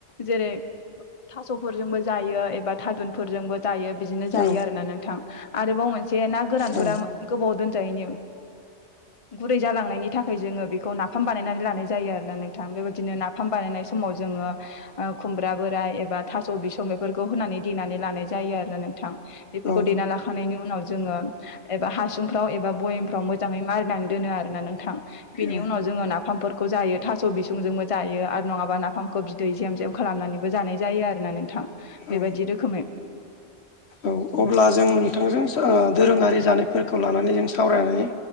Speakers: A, on the left; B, on the left.
A: जेरै थास'फोरजोंबो जायो एबा थादुनफोरजोंबो जायो बिदिनो जायो
B: औ
A: आरोना नोंथां आरोबाव मोनसे ना गोरानफोरा
B: औ
A: गोबाव दोन जायैनि गुरै जालांनायनि थाखाय जोङो बेखौ ना नाफाम बानायनानै लानाय जायो आरोना नोंथां बेबायदिनो नाफाम बानायनाय समाव जोङो खुमब्रा बोराय एबा बा थास' बिसं बेफोरखौ होनानै देना लानाय जायो आरोना नोंथां बे
B: औ
A: लानायनि उनाव जोङो एबा हासुंफ्राव एबा बयामफ्राव मोजाङै मारिनानै दोनो आरोना नोंथां। बेनि
B: औ
A: उनाव जोङो नाफामफोरखौ जायो थास' बिसंजोंबो जायो आरो नङाबा नाफामखौ बिदै जेब जेब खालामनानैबो जानाय जायो आरो। आरोना नोंथां
B: औ
A: बेबायदि रोखोमै
B: औ अब्ला जों नोंथांजों दोरोङारि जानायफोरखौ लानानै जों सावरायनानै